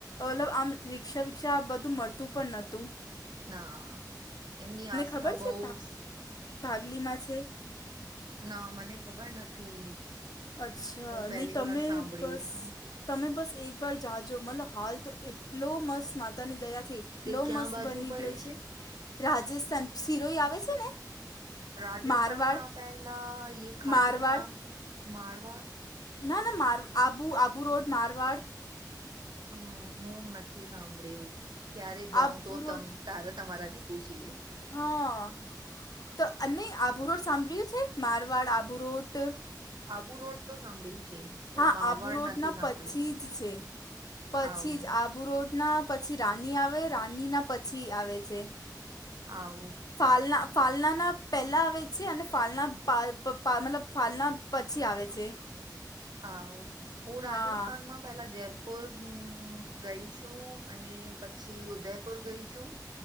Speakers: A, on the left; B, on the right.
A: મતલબ આમ રી્ષા વિકષા આ બધું મળતું પણ નતું.
B: ના એમની આસ્થા
A: ખબર છે
B: બોવ
A: ભાગલી મા છે.
B: ના મને ખબર નથી.
A: અચ્છા
B: હું પહેલી
A: નય તમે
B: વાર સાંભળ્યું
A: બસ
B: છું
A: તમે બસ એકવાર જાજો મતલબ હાલ તો એટલો મસ્ત માતાની દયાથી જ એટલો
B: તે ક્યાં
A: મસ્ત
B: બાજુ
A: બની
B: પડે
A: ગયો છે રાજસ્થાન શિરોઈ આવે છે ને
B: રાજસ્થાનમાં
A: મારવાડ
B: પેલા યે ખાટુંશ્યામ
A: મારવાડ
B: માર
A: ના ના માર આબુ આબુ રોડ મારવાડ
B: હમમ હું નથી સાંભળ્યું ક્યારે જાઉં
A: આબુ
B: તો
A: રોડ
B: તમ તારે તમારા થી પૂછી લવ.
A: હા તો નય આબુરોડ સાંભળ્યું છે મારવાડ આબુ રોડ.
B: આબુરોડ તો સાંભળયુ છે.
A: હા
B: પણ મારવાડ
A: આબુરોડ
B: નથી
A: ના
B: સાંભળ્યું
A: પછી જ છે પછી
B: આવું
A: જ આ આબુરોડ ના પછી રાની આવે રાની ના પછી આવે છે.
B: આવું
A: ફાલના ફાલના ના પહેલા આવે છે અને ફાલના આ મતલબ ફાલના પછી આવે છે.
B: હા હું રાજસ્થાનમાં
A: હા
B: પેલા જયપુર હમમ ગઈ છું અને પછી ઉદયપુર ગઈ છું.